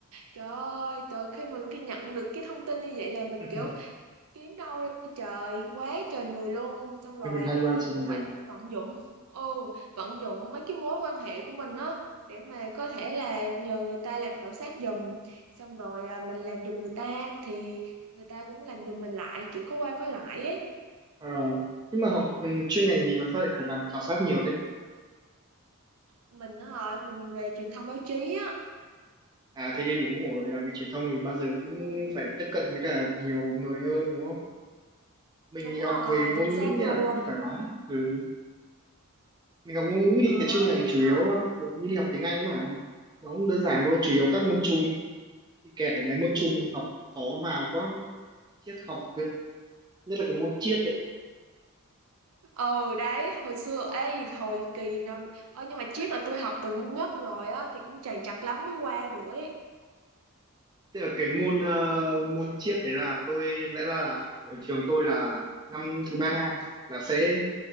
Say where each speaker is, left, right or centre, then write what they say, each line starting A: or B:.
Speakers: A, on the right; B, on the right.
A: trời ơi trời khi mình khi nhận được cái thông tin như vậy là mình
B: <laughs>
A: kiểu kiếm đâu ra trời quá trời người luôn xong rồi
B: hai ba
A: mình
B: trăm
A: cũng
B: người
A: phải vận dụng ừ vận dụng mấy cái mối quan hệ của mình á để mà có thể là nhờ người ta làm khảo sát giùm xong rồi à, mình làm giùm người ta thì người ta cũng làm giùm mình lại kiểu có qua có lại ấy
B: à, nhưng mà học ừ, chuyên ngành gì mà sao lại phải làm khảo sát nhiều thế
A: mình á hả, mình về truyền thông báo chí á
B: à thế thì đúng rồi làm việc truyền thông thì bao giờ cũng
A: ừ,
B: phải tiếp cận với cả nhiều người hơn đúng không mình
A: đúng
B: thì học
A: rồi
B: về
A: chính
B: ngôn ngữ
A: xác
B: nên
A: luôn
B: là cũng thoải mái ừ mình học ngôn ngữ thì
A: à
B: cái chuyên ngành
A: vậy
B: chủ
A: hả
B: yếu ờ, như đi học tiếng Anh mà nó cũng đơn giản thôi chủ yếu các
A: ừ
B: môn chung bị kẹt ở mấy môn chung học khó vào quá triết học cơ. nhất là cái môn triết ấy.
A: ừ đấy hồi xưa ấy hồi kỳ nào ờ nhưng mà triết là tôi học từ năm nhất rồi á thì cũng trầy trật lắm mới qua được ấy
B: tức là cái môn ờ, môn triết đấy là tôi lẽ ra là ở trường tôi là năm thứ ba là sẽ